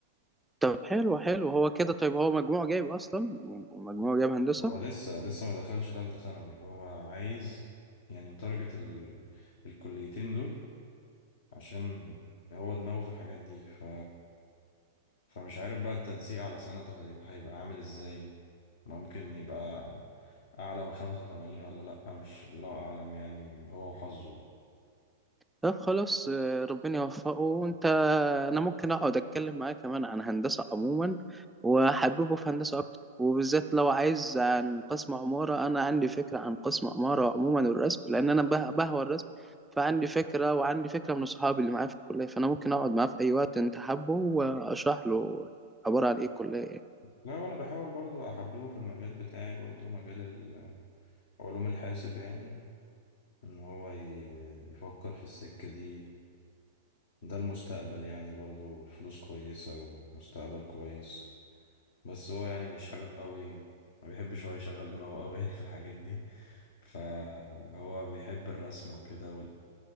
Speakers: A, in the centre; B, on the left.
A: طب حلو حلو هو كده طيب هو مجموع جايب أصلا مجموع جايب هندسة
B: هو لسه لسه ما دخلش تالتة ثانوي هو عايز يعني متارجت ال... الكليتين دول عشان هو دماغه في الحاجات دي ف فمش عارف بقى التنسيق على سنته هيبقى هيبقى عامل ازاي ممكن يبقى أعلى من خمسة وتمانين ولا لأ مش الله أعلم يعني هو وحظه
A: طب خلاص آه، ربنا يوفقه وانت انا ممكن اقعد اتكلم معاه كمان عن هندسة عموما وحببه في هندسة اكتر وبالذات لو عايز عن قسم عمارة انا عندي فكرة عن قسم عمارة عموما الرسم لان انا به- بهوى الرسم فعندي فكرة وعندي فكرة من اصحابي اللي معايا في الكلية فانا ممكن اقعد معاه في اي وقت انت حابه واشرح له عبارة عن ايه الكلية يعني.
B: لا وأنا بحاول برضو أحببه في المجال بتاعي برضو مجال ال- علوم الحاسب يعني إن هو ي- يفكر في السكة دي ده المستقبل يعني برضو فلوس كويسة ومستقبل كويس بس هو يعني مش حابب قوي ما بيحبش هو يشغل دماغه قوي يعني في الحاجات دي فهو بيحب الرسم وكده